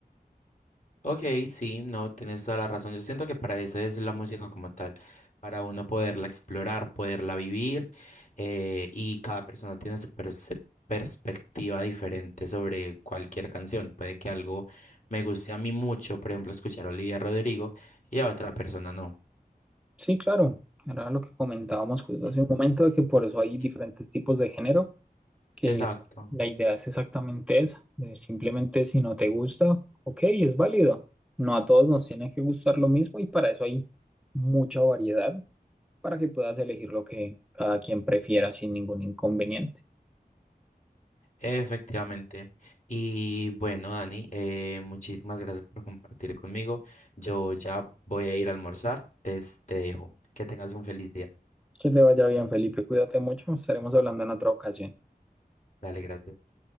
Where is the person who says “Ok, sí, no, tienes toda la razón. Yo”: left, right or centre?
Left